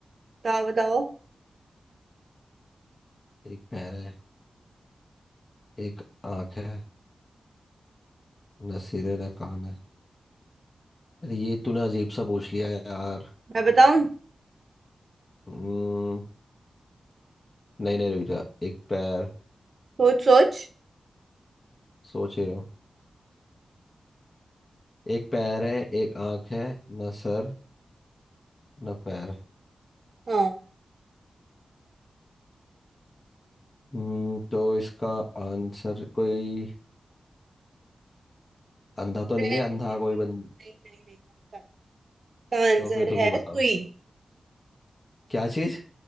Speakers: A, on the right; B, on the left.
A: बताओ बताओ
B: एक पैर है एक आंख है ना सिर है ना कान है अरे ये तूने अजीब सा पूछ लिया है यार
A: मैं बताऊं
B: हम्म नहीं नहीं रुक जा एक पैर
A: सोच सोच
B: सोच ही रहा हूँ एक पैर है एक आंख है ना सर ना पैर
A: हाँ
B: हम्म तो इसका आंसर कोई अंधा तो नहीं
A: रहने
B: है अंधा
A: दे यार
B: कोई
A: नहीं
B: बंद
A: नहीं नहीं इसका इसका आंसर
B: तो फिर तुम
A: है
B: ही बताओ
A: सुई
B: क्या चीज